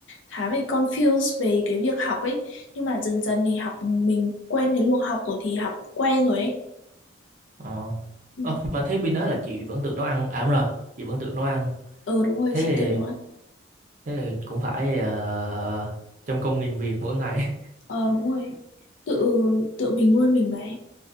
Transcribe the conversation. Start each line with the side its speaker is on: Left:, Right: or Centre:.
Left: khá bị confused về cái việc học ấy nhưng mà dần dần thì học mình quen cái luồng học rồi thì học quen rồi ấy
Right: Ờ.
Left: ừ
Right: Ờ, mà thế bên đó là chị vẫn tự nấu ăn à đúng rồi chị vẫn tự nấu ăn
Left: Ờ, đúng rồi
Right: thế
Left: chị
Right: thì
Left: tự nấu ăn
Right: thế thì cũng phải ờ, trong công nghìn việc mỗi ngày <laughs>
Left: ờ đúng rồi tự tự mình nuôi mình mà em